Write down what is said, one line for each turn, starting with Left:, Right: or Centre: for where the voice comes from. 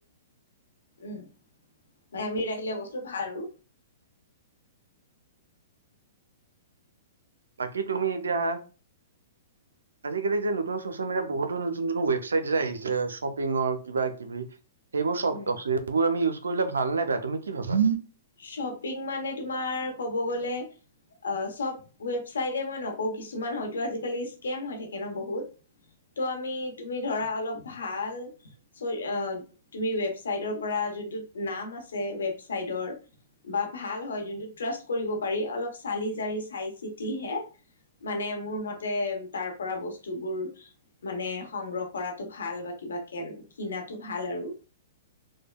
Left: উম আমি ৰাখিলে বস্তু ভাল আৰু।
Right: বাকী তুমি এতিয়া আজিকালি যে নতুন চচিয়েল মিডিয়া বহুতো নতুন নতুন ৱেবচাইট যে আহিছে শ্বপিংৰ কিবা কিবি। সেইবোৰ চব
Left: উম
Right: সেই বোৰ আমি ইউজ। কৰিলে ভাল নাই বেয়া তুমি কি ভাবা।
Left: শ্বপিং মানে তোমাৰ। ক'ব গ'লে চব ৱেবচাইট মই নকওঁ কিছুমান হয়তো আজিকালি স্কেম হৈ থাকে ন বহুত ত' আমি তুমি ধৰা অলপ। ভাল চ তুমি ৱেবচাইটৰ পৰা যোনটো। নাম আছে ৱেবচাইটৰ। বা ভাল হয় যোনটো ট্ৰাষ্ট কৰিব পাৰি অলপ। চালি জাৰি চাই চিতিহে। মানে মোৰ মতে তাৰ পৰা বস্তুবোৰ মানে সংগ্ৰহ কৰাটো ভাল বা কিবা কে কিনাটো ভাল আৰু।